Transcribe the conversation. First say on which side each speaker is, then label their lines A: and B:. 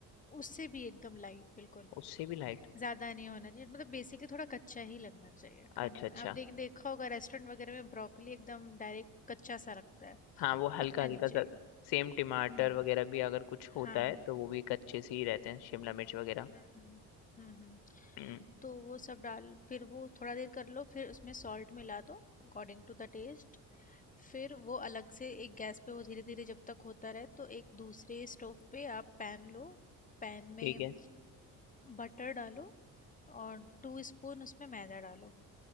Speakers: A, on the left (about 20°); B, on the left (about 70°).
A: उससे भी एकदम लाइट बिल्कुल
B: उससे भी लाइट
A: ज्यादा नहीं होना चाहिए मतलब बेसिकली थोड़ा कच्चा ही लगना चाहिए खाने
B: अच्छा
A: में
B: अच्छा
A: आप देख देखा होगा रेस्टोरेंट वगैरह में ब्रोकली एकदम डायरेक्ट कच्चा सा लगता है
B: हाँ वो हल्का
A: पकना
B: हल्का
A: नहीं
B: सा
A: चाहिए
B: सेम टमाटर
A: हम्म
B: वगैरह भी अगर कुछ होता
A: हाँ
B: है तो वो भी कच्चे से ही रहते हैं शिमला मिर्च वगैरह
A: हम्म हम्म हम्म हम्म।
B: हम्म,
A: तो वो सब डाल फिर वो थोड़ा देर कर लो फिर उसमें सॉल्ट मिला दो अकॉर्डिंग टू द टेस्ट फिर वो अलग से एक गैस पे वो धीरे धीरे जब तक होता रहे तो एक दूसरे स्टोव पे आप पैन लो पैन में
B: ठीक है
A: बटर डालो और टू स्पून उसमें मैदा डालो